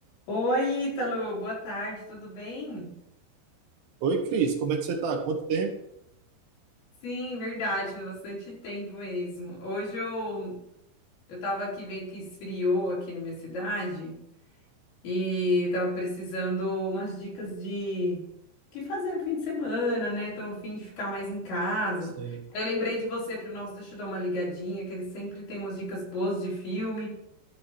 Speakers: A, on the left (about 75°); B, on the right (about 70°).
A: Oi, Ítalo, boa tarde, tudo bem?
B: Oi, Cris, como é que você tá? Quanto tempo?
A: Sim, verdade, faz bastante tempo mesmo. Hoje eu eu tava aqui vendo que esfriou aqui na minha cidade e tava precisando umas dicas de o que fazer no fim de semana, né? Tô a fim de ficar mais em casa.
B: Sim,
A: Eu lembrei de você, falei, nossa, deixa eu dar uma ligadinha, que ele sempre tem umas dicas boas de filme.